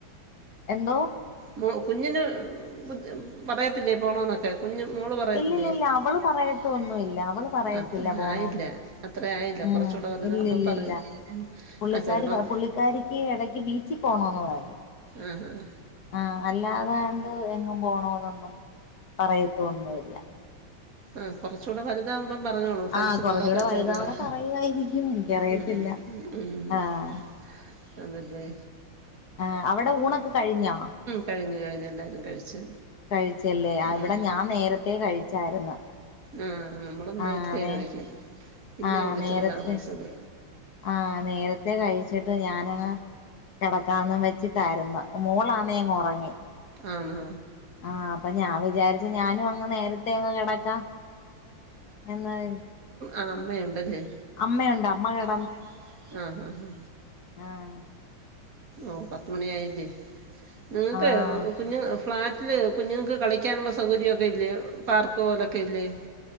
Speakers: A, on the left; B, on the right.
A: എന്തോ?
B: ഉം കുഞ്ഞിന് ബുദ്ധി പറയത്തില്ലേ പോണോന്നൊക്കെ? കുഞ്ഞു മോള് പറയത്തില്ലേ,
A: ഇല്ലില്ലില്ല
B: ഇല്ല ഇല്ല
A: പറയത്തൊന്നുല്ല
B: അവള് പറയത്തൊന്നൂല
A: അവള് പറയത്തില്ല
B: <inaudible> അത്ര
A: പോണോന്ന്
B: ആയില്ല. അത്ര ആയില്ല
A: ഉം
B: കുറച്ച് കൂടെ വലുതാവുമ്പം
A: ഇല്ലില്ലില്ല
B: പറയും,
A: പുള്ളിക്കാരി
B: ആ ചെലപ്പം
A: പുള്ളിക്കാരിക്ക് ഇടയ്ക്ക് ബീച്ചിൽ പോണോന്ന് പറയും.
B: ആഹ്, ആഹ്.
A: ആഹ്, അല്ലാതാണ്ട് എങ്ങും പോണോ എന്നൊന്നും പറയത്തൊന്നൂല്ല.
B: ആഹ്, കൊറച്ചൂടെ വലുതാവുമ്പം പറഞ്ഞോളൂ ഫ്രണ്ട്സിന്റെ
A: ആഹ് കൊറച്ചൂടെ
B: കൂടൊക്കെ
A: വലുതാവുമ്പോ
B: ചേരുന്നെ,
A: പറയുവായിരിക്കും എനിക്കറിയത്തില്ല
B: ഹ് ഹ് ഹ് ഉം. ഉം
A: ആഹ്
B: ആഹ്, അതല്ലെ
A: ആഹ്, അവിടെ ഊണൊക്കെ കഴിഞ്ഞോ?
B: കഴിഞ്ഞ്, കഴിഞ്ഞ് എല്ലാവരും കഴിച്ച്.
A: കഴിച്ചല്ലേ, ആ ഇവിടെ
B: ഉം
A: ഞാൻ നേരത്തെേ കഴിച്ചായിരുന്നു.
B: ആഹ്, ആഹ് നമ്മള് നേരത്തെേ
A: ആഹ് നേ
B: കഴിക്കും, ഇന്നേ
A: ആഹ്
B: ഒള്ളു
A: നേരത്തെ
B: ഇച്ചിരി താമസിച്ചത്.
A: ആഹ്, നേരത്തെ കഴിച്ചിട്ട് ഞാനങ്ങ് കിടക്കാന്നും വെച്ചിട്ടായിരുന്നു മോളാന്നെ അങ്ങ് ഉറങ്ങി.
B: ആണോ
A: ആഹ്, അപ്പൊ ഞാൻ വിചാരിച്ചു ഞാനും അങ്ങ് നേരത്തെേ അങ്ങ് കിടക്കാം എന്ന് വി
B: ആഹ്, അമ്മയുണ്ടല്ലേ?
A: അമ്മയുണ്ടോ അമ്മ കെട
B: അമ്മ കെടന്ന്, ആഹ് ആഹ് ആഹ്.
A: ആഹ്
B: ഓഹ്, പത്ത്മണി ആയില്ലേ നിങ്ങൾക്ക്
A: ആഹ്
B: കുഞ്ഞ് ഫ്ളാറ്റ് ല് കുഞ്ഞുങ്ങൾക്ക് കളിക്കാനുള്ള സൗകര്യമൊക്കെ ഇല്ലേ പാർക്ക് പോലൊക്കെ ഇല്ലേ?